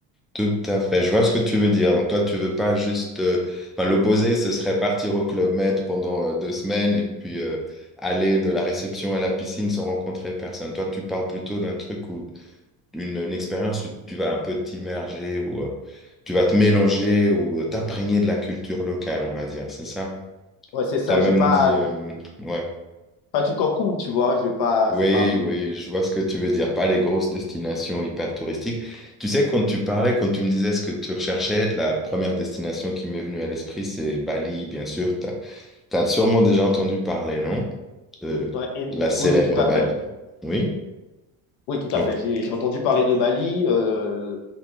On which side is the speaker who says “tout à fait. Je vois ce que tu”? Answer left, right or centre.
Centre